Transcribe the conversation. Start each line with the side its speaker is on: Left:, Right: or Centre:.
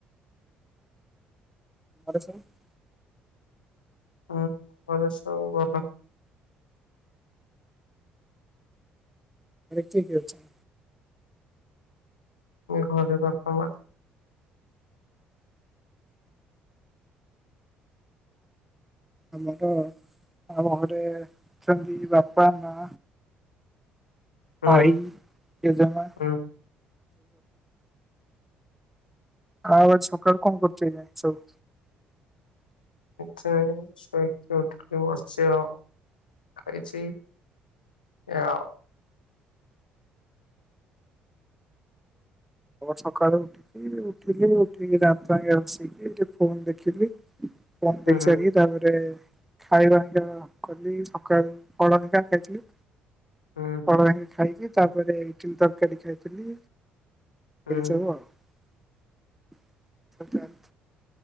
Centre: <inaudible>
Left: <unintelligible>
Centre: <inaudible>
Left: ଘରେ ବାପା ମାଆ।
Centre: ଆମର ଆମ ଘରେ ଅଛନ୍ତି ବାପା ମା।
Left: ହୁଁ
Centre: ଆଇ ଜେଜେ ମା
Left: ହୁଁ
Centre: ଆଉ ଆ ସକାଳୁ କଣ କରୁଚା ଏଇନା ସବୁ।
Left: ଶୋଇକି ଉଠି ବସି ଆଉ ଖାଇଛି। ଆଉ
Centre: ଆ ସକାଳୁ ମୁଁ ଉଠିଲି ମୁ ଉଥିକି ଦାନ୍ତ ଘସିଲି ଫୋନ ଦେଖିଲି। ପମ୍ପ
Left: ହୁଁ
Centre: ଦେଇ ସାରିକି ତାପରେ ଖାଇବା କଲି ସକାଳୁ ହଳିକା ଖାଇଥିଲି।
Left: ହ
Centre: <inaudible> ଖାଇକି ତାପରେ ଇଟିଲି ତରକାରୀ ଖାଇଥିଲି। <unintelligible>
Left: ହୁଁ